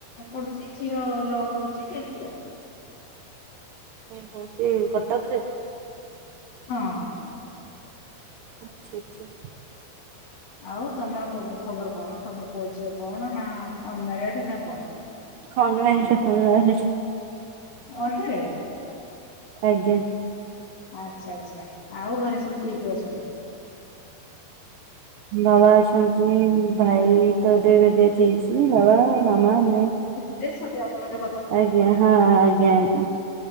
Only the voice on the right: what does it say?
ଓଃହୋ ସେ କଟକରେ?
ଆଚ୍ଛା ଆଚ୍ଛା।
unmarried ଅନମ୍ୟାରେଡ।
ଆଜ୍ଞା।
ବାବା ଅଛନ୍ତି ଭାଇ ତ ଏବେ ଏବେ ଡେଥ ହେଇଚି। ବାବା, ମାମା, ମୁଁ।
ଆଜ୍ଞା ହଁ ଆଜ୍ଞା ଆଜ୍ଞା।